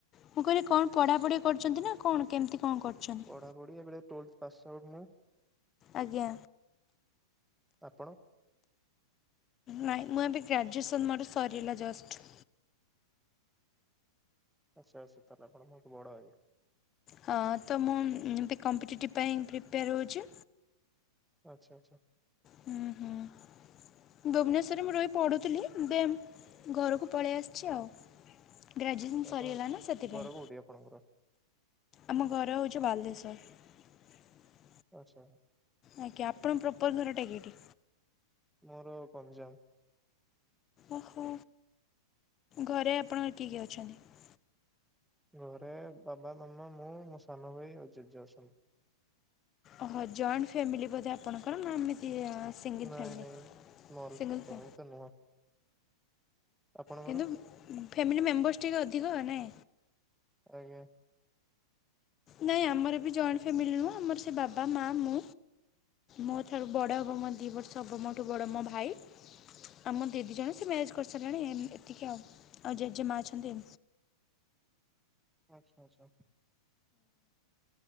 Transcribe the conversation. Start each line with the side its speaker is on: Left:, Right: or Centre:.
Left: ମୁଁ କହିଲି କଣ ପଢା ପଢି କରୁଛନ୍ତି ନା କଣ କେମିତି? କଣ କରୁଛନ୍ତି?
Centre: ପଢାପଢି ଏବେ ଟ୍ୱେଲ୍ଭ ପାସ୍ ଆଉଟ ମୁଁ।
Left: ଆଜ୍ଞା।
Centre: ଆପଣ?
Left: ନାଇ ମୁଁ ଏବେ ଗ୍ରାଜୁଏସନ୍ ମୋର ସରିଲା ଜଷ୍ଟ୍।
Centre: ଆଚ୍ଛା ଆଚ୍ଛା ତାହେଲେ ଆପଣ ମୋଠୁ ବଡ ହେବେ।
Left: ହଁ ତ ମୁଁ ଏବେ କମ୍ପିଟେଟିଭ୍ ପାଇଁ ପ୍ରିପେୟାର ହେଉଛି।
Centre: ଆଚ୍ଛା ଆଚ୍ଛା।
Left: ହୁଁ ହୁଁ। ଭୁବନେଶ୍ୱରରେ ମୁଁ ରହି ପଢ଼ୁଥିଲି ଦେନ ଘରକୁ ପଳେଇ ଆସିଛି ଆଉ। ଗ୍ରାଜୁଏସନ୍ ସରିଗଲା
Centre: ଆପଣ
Left: ନା ସେଥିପାଇଁ
Centre: ଘର କୋଉଠି ଆପଣଙ୍କର
Left: ଆମ ଘର ହେଉଛି ବାଲେଶ୍ୱର <unintelligible>
Centre: ଆଛା।
Left: ଆଜ୍ଞା ଆପଣ ପ୍ରପର ଘର ଟା କି ଏଠି?
Centre: ମୋର ପଞ୍ଜାବ।
Left: ଓହୋ ଘରେ ଆପଣ କିଏ କିଏ ଅଛନ୍ତି?
Centre: ଘରେ ବାବା ମାମା ମୁଁ ମୋ ସାନ ଭାଇ ଆଉ ଜେଜେ ଅଛନ୍ତି।
Left: ଓହୋ ଜଏଣ୍ଟ ଫ୍ୟାମିଲି ବୋଧେ ଆପଣଙ୍କର ନା ସିଙ୍ଗଲ୍
Centre: ନାଇଁ
Left: ଫ୍ୟାମିଲି?
Centre: ନାଇଁ ମୋର
Left: ସିଙ୍ଗଲ୍ ଫ୍ୟା
Centre: ଯଏନ୍ଟ୍ ତ ନୁହଁ। ଆପଣଙ୍କର
Left: କିନ୍ତୁ ଫ୍ୟାମିଲି ମେମ୍ବର୍ସ ଟିକେ ଅଧିକ ନାଇଁ
Centre: ଆଞା <unintelligible>
Left: ନାଇଁ ଆମର ବି ଜଏଣ୍ଟ ଫ୍ୟାମିଲି ନୁହେଁ ଆମର ସେ ବାବା ମା ମୁଁ ମୋ ଠାରୁ ବଡ଼ ହେବ ମୋ ଦୁଇ ବର୍ଷ ହେବ ମୋଠୁ ବଡ଼ ମୋ ଭାଇ ଆଉ ମୋ ଦିଦି ଜଣେ ସେ ମ୍ୟାରେଜ୍ କରିସାରିଲାଣି ଏତିକି ଆଉ ଆଉ ଜେଜେମା ଅଛନ୍ତି।
Centre: ଆଚ୍ଛା ଆଚ୍ଛା